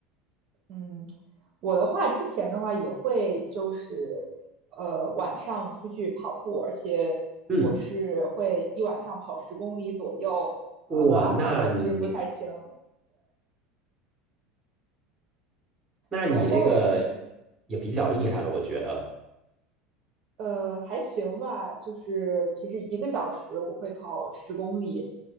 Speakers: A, on the right; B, on the right.
A: <laughs> 嗯，我的话之前的话也会就是呃晚上出去跑步，而且我是会一晚上跑十公里左右。
B: 嗯，哇，
A: 呃，马拉松我是不太行，
B: 那你那你这个
A: 马拉松我也还行，
B: 也比较厉害了，我觉得。
A: 呃，还行吧。就是其实一个小时我会跑十公里，